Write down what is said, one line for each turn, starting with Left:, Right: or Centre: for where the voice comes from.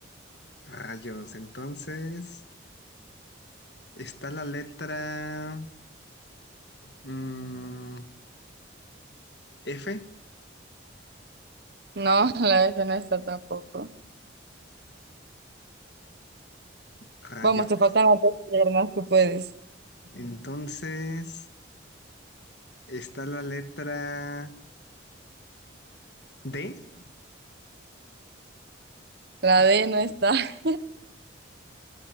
Left: Rayos, entonces está la letra mm, F.
Right: No, <laughs> la F no está tampoco.
Left: Rayos.
Right: Vamos, te faltan las dos piernas, tú puedes.
Left: Entonces está la letra D.
Right: La D no está. <laughs>